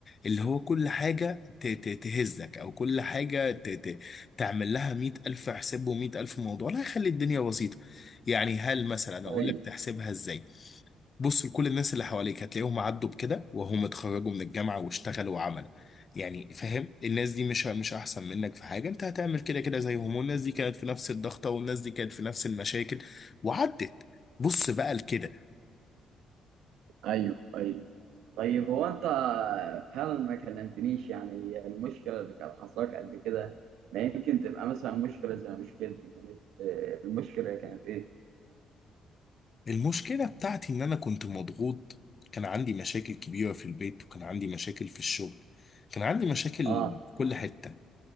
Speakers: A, on the left (about 40°); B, on the right (about 80°).
A: اللي هو كل حاجه ت- ت- تهزك او كل حاجه ت- ت- تعمل لها مية الف حساب ومية الف موضوع لا خلي الدنيا بسيطه يعني هل مثلا
B: ايوه
A: اقول لك تحسبها ازاي بص لكل الناس اللي حواليك هتلاقيهم عدوا بكده وهم اتخرجوا من الجامعة واشتغلوا وعملوا يعني فاهم الناس دي مش مش احسن منك في حاجة انت هتعمل كده كده زيهم والناس دي كانت في نفس الضغطة والناس دي كانت في نفس المشاكل وعدت بص بقى لكده
B: ايوه ايوه طيب هو انت فعلا ما كلمتنيش يعني المشكله اللي كانت حصلك قبل كده ما يمكن تبقى مثلا مشكله زي مشكلتي كانت آه، المشكله كانت ايه
A: المشكلة بتاعتي ان انا كنت مضغوط كان عندي مشاكل كبيرة في البيت وكان عندي مشاكل في الشغل كان عندي مشاكل
B: اه
A: في كل حتة